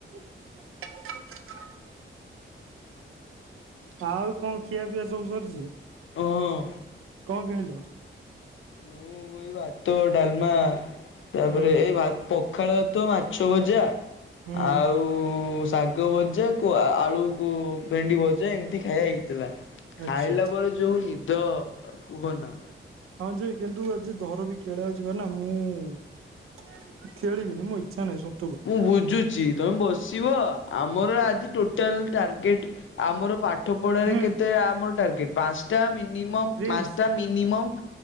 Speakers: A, on the right; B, on the left.
A: <inaudible> ଆଉ କଣ ଖିଆ ପିଆ ସବୁ ସରିଛି।
B: ହଁ
A: କଣ ଖାଇଲ?
B: ମୁଁ ଗୋଇ ଭାତ ତ ଡାଲମା। ତାପରେ
A: ହୁଁ
B: ଏଇ ଭ ପଖାଳ ତ ମାଛ ଭଜା
A: ହୁଁ
B: ଆଉ ଶାଗ ଭଜା କ ଆଳୁକୁ ଭେଣ୍ଡି ଭଜା ଏମିତି ଖାଇବା ହେଇଥିଲା। ଖାଇଲା
A: ଆଚ୍ଛା
B: ପରେ ଯୋଉ ନିଦ କୁହ ନା।
A: ହଁ ଯେ କିନ୍ତୁ ଆଜି ଦର ବି ଖେଳ ହାଉଛି ବା ନା ମୁଁ ଖେଳିବିନି ମୁ ଇଚ୍ଛା ନାହିଁ, ସ
B: ମୁଁ ବୁଝୁଛି ତମେ ବସିବ ଆମର ଟୋ ଲ ଟାର୍ଗେଟ ଆମର ପାଠ ପଢାରେ
A: ହୁଁ
B: କେତେ ଆମର ଟାର୍ଗେଟ ପାଞ୍ଚଟା ମିନିଟ ମିନିମ
A: ପ୍ରିନ୍ସ
B: ପାଞ୍ଚଟା ମିନିମମ୍।